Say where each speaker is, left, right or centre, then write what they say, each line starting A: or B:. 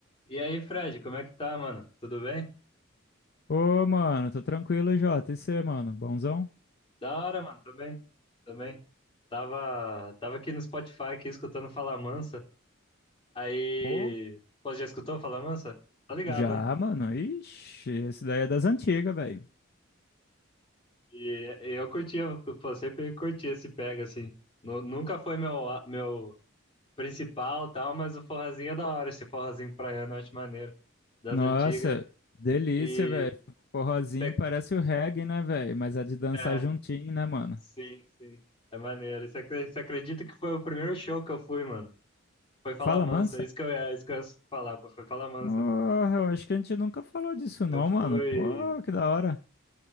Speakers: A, on the left; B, on the left.
A: E aí, Fred, como é que tá, mano? Tudo bem?
B: Ô, mano, tô tranquilo, Jota. E você, mano? Bonzão?
A: Da hora, mano, tô bem, tô bem. Tava, tava aqui no Spotify, aqui, escutando Fala Mansa. Aí,
B: Pô,
A: pô, já escutou Fala Mansa? Tá ligado,
B: Já,
A: né?
B: mano. Ixi, esse daí é das antigas, velho.
A: E, e eu curtia, pô, sempre curti esse pega, assim. Nu- nunca foi meu, a- meu principal, tal, mas o forrazinho é da hora, esse forrazinho praiano, eu acho maneiro, das
B: Nossa,
A: antigas.
B: delícia,
A: E,
B: velho. Forrozinho
A: cê-
B: parece o reggae, né, velho? Mas é de dançar
A: é,
B: juntinho, né, mano?
A: sim, sim, é maneiro. Você acre- você acredita que foi o primeiro show que eu fui, mano? Foi falar
B: Fala,
A: mansa,
B: mansa?
A: é isso que eu ia, é isso que eu ia falar, pô, foi falar mansa,
B: Porra,
A: mano.
B: eu acho que a gente nunca falou disso,
A: Eu
B: não,
A: fui,
B: mano. Pô, que da hora.